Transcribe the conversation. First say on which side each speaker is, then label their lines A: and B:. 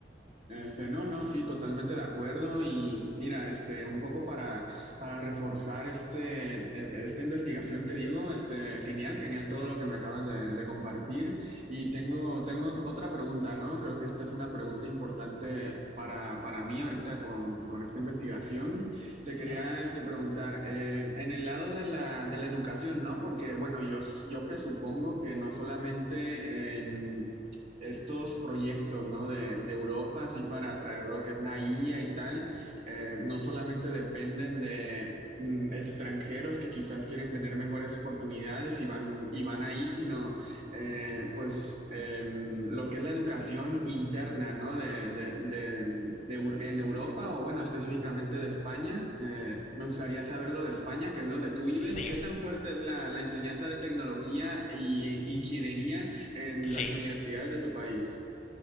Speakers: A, on the right (about 35°); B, on the left (about 40°).
A: Este, no, no, sí, totalmente de acuerdo. Y mira, este, un poco para, para reforzar este, e- esta investigación, te digo, este, genial, genial todo lo que me acabas de, de compartir. Y tengo, tengo otra pregunta, ¿no? Creo que esta es una pregunta importante para, para mí ahorita con, con esta investigación. Te quería,
B: ¿Mm?
A: este, preguntar, eh, en el lado de la, de la educación, ¿no? Porque, bueno, yo, yo presupongo que no solamente, eh, estos proyectos, ¿no? de, de Europa, así para atraer lo que es la IA y tal, eh, no solamente dependen de mm, extranjeros que quizás quieren tener mejores oportunidades y van, y van ahí, sino eh, pues eh, lo que es la educación interna, ¿no? de, de- de- de Eu- en Europa o bueno, específicamente de España. Eh, me gustaría saberlo de España, que es donde tú vives.
B: Sí,
A: ¿Qué tan fuerte es la, la enseñanza de tecnología y ingeniería? en
B: Sí.
A: las universidades de tu país.